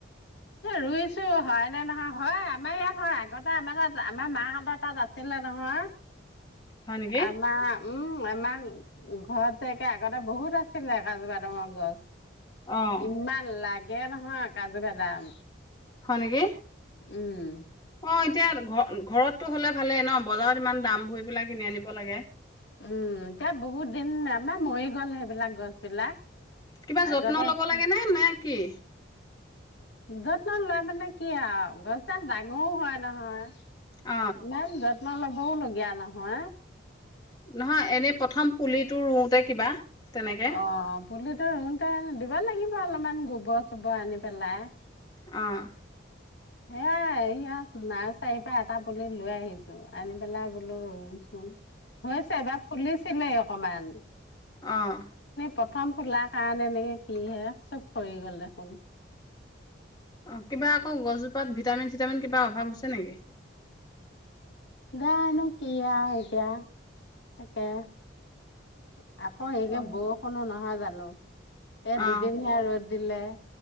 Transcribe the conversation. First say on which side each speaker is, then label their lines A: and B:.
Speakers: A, on the left; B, on the left.
A: এ ৰুইছো হয় নে নহয় হয় আমাৰ ইয়াত হয় আগতে আমাৰ তাত আমাৰ মাহঁতৰ তাত আছিলে নহয়
B: হয় নেকি?
A: আমাৰ, উম মা মাং ঘৰতে একে আগতে বহুত আছিলে কাজু-বাদামৰ গছ।
B: অ'
A: ইমান লাগ নহয় কাজু বাদাম
B: হয় নেকি?
A: উম্।
B: অ এতিয়া ঘ ঘৰত- টো হ'লে ভালেই ন? বজাৰত ইমান দাম ভৰি পেলাই কিনি আনিব লাগে।
A: উম্, এতিয়া বহুত দিন আমাৰ মৰি গ'ল সেইবিলাক গছ বিলাক।
B: কিবা যত্ন
A: আগতে
B: ল'ব লাগে নে নে কি? <inaudible>
A: যত্ন লয় মানে কি আৰু গছডাল ডাঙৰো হয় নহয়।
B: অ
A: ইমান যত- যত্ন ল'বও লগীয়া নহয়।
B: নহয় এনেই প্ৰথম পুলিটো ৰোওঁতে কিবা? তেনেকে
A: অ পুলিতো ৰোওঁতে- দিব লাগিব অলপমান গোবৰ-চোবৰ আনি পেলাই।
B: অ'।
A: হেয়াই এইয়াত নাৰ্চাৰীৰ পৰা এটা পুলি লৈ আহিছো, আনি পেলাই বোলো ৰোঁও চু্ন হৈছে এবাৰ ফুলিছিলেই অকমাণ।
B: অ'।
A: প্ৰথম ফুলাৰ কাৰণে নে কি হে চব খৰি গ'ল দেখোন?
B: অ কিবা আকৌ গছজোপাত ভিটামিন চিটামিন কিবা অভাৱ হৈছে নেকি?
A: জানো কি আওঁ এতিয়া তাকে- <inaudible> আকৌ
B: অ
A: বৰষুণো নহয় জানো? ন? এ
B: অ
A: দুদিনহে ৰ'দ - দিলে।